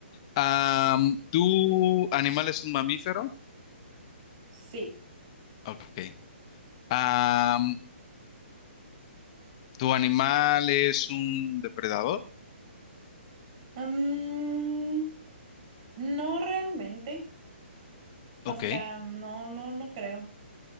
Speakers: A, on the left (about 30°); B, on the right (about 40°).
A: Am, ¿tu animal es un mamífero?
B: Sí.
A: Ok. Am, ¿tu animal es un depredador?
B: Mm, no realmente. O
A: Ok.
B: sea, no, no, no creo.